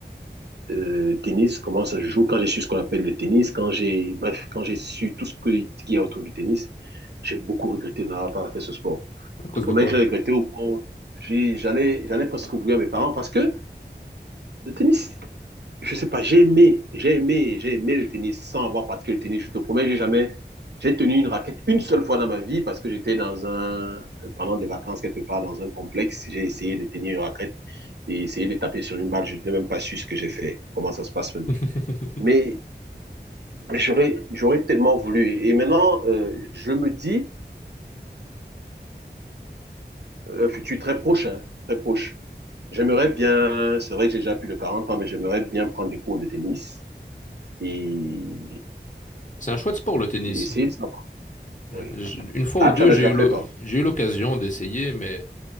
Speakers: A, on the right (about 70°); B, on the left (about 45°).
A: euh, tennis, comment ça se joue, quand j'ai su ce qu'on appelle le tennis, quand j'ai, bref, quand j'ai su tout ce que- qu'il y a autour du tennis, j'ai beaucoup regretté de n'avoir pas fait ce sport.
B: À cause
A: Je te promets
B: de quoi?
A: que j'ai regretté au point où j'ai- j'allais, j'allais presque ouvrir mes parents parce que le tennis, je sais pas, j'ai aimé, j'ai aimé, j'ai aimé le tennis sans avoir pratiqué le tennis. Je te promets, j'ai jamais, j'ai tenu une raquette une seule fois dans ma vie parce que j'étais dans un, pendant des vacances quelque part dans un complexe, j'ai essayé de tenir une raquette et essayé de taper sur une balle. Je n'ai même pas su ce que j'ai fait, comment ça se passe même.
B: <laughs>
A: Mais j'aurais, j'aurais tellement voulu. Et maintenant, euh, je me dis, euh, futur très proche, hein, très proche. J'aimerais bien, c'est vrai que j'ai déjà plus de 40 ans, mais j'aimerais bien prendre des cours de tennis. Et
B: C'est un chouette sport, le tennis.
A: Essayer de savoir. Oui.
B: Je- Une fois
A: Ah,
B: ou deux,
A: tu en as
B: j'ai
A: déjà
B: eu
A: fait,
B: l'o-
A: toi.
B: j'ai eu l'occasion d'essayer, mais